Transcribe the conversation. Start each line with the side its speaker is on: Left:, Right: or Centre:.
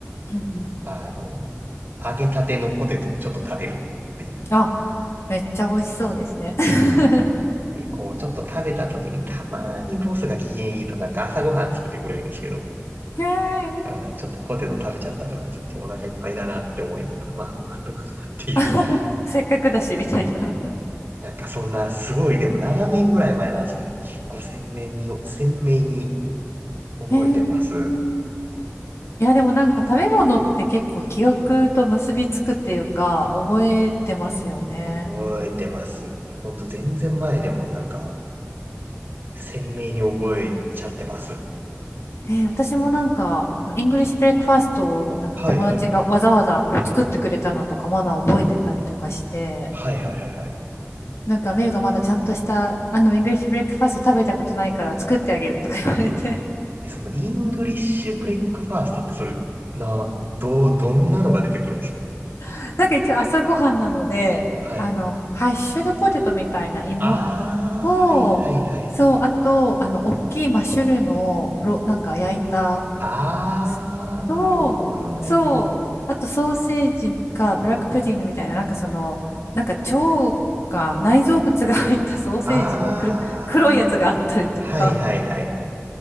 Left: うん、うん。
Right: あの、揚げたてのポテトをちょっと食べるっていう。
Left: あ、めっちゃ美味しそうですね。<laughs>
Right: で、こう、ちょっと食べた時に、たまにボスが機嫌いいと、なんか朝ごはん作ってくれるんですけど、
Left: ねえ
Right: あ、ちょっとポテト食べちゃったから、ちょっとお腹いっぱいだなって思いながら、まあ、もらっとくかっていう。
Left: <laughs>
Right: <laughs>
Left: せっかくだし、みたいな。
Right: なんかそんな、すごい、でも7年ぐらい前なんですけど、結構鮮明に、鮮明に覚えてます。
Left: へーいや、でもなんか食べ物って結構記憶と結びつくっていうか、覚えてますよね。
Right: 覚えてますよね。ほんと全然前でもなんか、鮮明に覚えちゃってます。
Left: で、私もなんか、あの、イングリッシュブレックファーストをなんか友達がわざわざこう作ってくれたのとかまだ覚えてたりとかして、
Right: はいはいはい。はいはいはいはい。
Left: なんか、メイがまだちゃんとした、あの、イングリッシュブレックファースト食べたことないから作ってあげるとか言われて
Right: え、そのイングリッシュブレックファーストってそれ、な、どう、どんなのが出てくるんです
Left: <laughs>。なんか一応朝ごはんなので、
Right: かはい。
Left: あの、ハッシュドポテトみたいな芋
Right: あー、
Left: を、
Right: はいはいはい。
Left: そう、あと、あの、大きいマッシュルームを、ろ、なんか焼いた
Right: あー、
Left: やつと、
Right: なるほどなるほど。
Left: そう、あとソーセージかブラックプディングみたいな、なんかその、なんか腸が、内臓物が入った <laughs> ソーセージのく黒いやつがあったりとか、
Right: あー、はいはいはいはい。